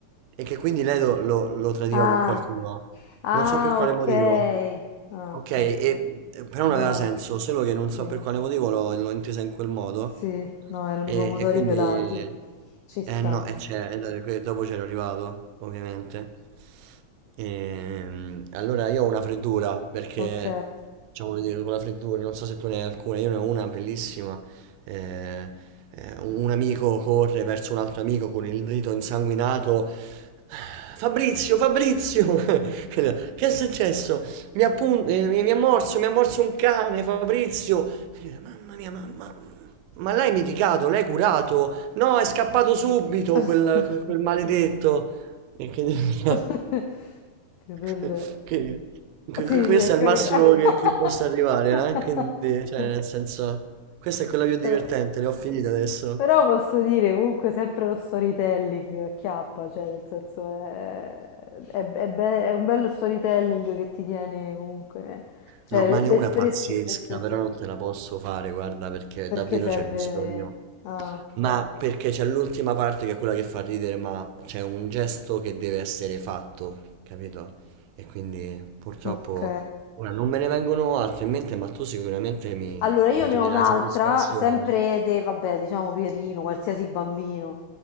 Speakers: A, on the right; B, on the left.
A: e che quindi lei lo, lo- lo tradiva
B: Ah,
A: con qualcuno.
B: ah,
A: Non so per quale
B: ok.
A: motivo.
B: Ah,
A: Ok,
B: ok.
A: e- e però non
B: No,
A: aveva senso, solo che non
B: sì,
A: so per quale motivo l'ho l'ho intesa in quel modo
B: sì, no, erano
A: e,
B: i pomodori
A: e quindi...
B: pelati. Ci sta,
A: Eh no, e c'è- e da- que- dopo c'ero arrivato, ovviamente. Ehm, allora io ho una freddura, perché
B: ok.
A: diciamo come dire, con la freddura, non so se tu ne hai alcune, io ne ho una bellissima. eh, eh, un amico corre verso un altro amico con il dito insanguinato. "Ah, Fabrizio, Fabrizio! <laughs> Che è successo? Mi, appun- eh, mi, mi ha morso, mi ha morso un cane, Fabrizio. E lui, mamma mia, mamma. Ma l'hai medicato? L'hai curato? No, è scappato subito
B: <laughs>
A: quel, quel- quel maledetto. E quindi- <laughs>
B: <laughs> Che bel
A: che- que- que-
B: sì,
A: questo
B: sì, ho capito.
A: è il massimo che, che possa
B: <laughs>
A: arrivare, eh? Quindi, cioè, nel senso, questa è quella più divertente,
B: 3.
A: le ho finite adesso.
B: Però posso dire comunque sempre lo storytelling acchiappa, cioè nel senso è, è- è be- è un bello storytelling che ti tiene comunque, eh. cioè
A: No, ma ne
B: l'espressi-
A: ho una pazzesca,
B: l'espressione,
A: però non te la posso fare, guarda, perché
B: perché
A: davvero
B: serve...
A: c'è bisogno.
B: Ah,
A: Ma perché c'è l'ultima parte che è quella che fa ridere, ma c'è un gesto che deve essere fatto, capito? E quindi purtroppo
B: ok.
A: ora non me ne vengono altri in mente, ma tu sicuramente mi,
B: Allora, io
A: mi
B: ne
A: toglierai
B: ho un'altra,
A: soddisfazione.
B: sempre de, vabbè, diciamo Pierino, qualsiasi bambino.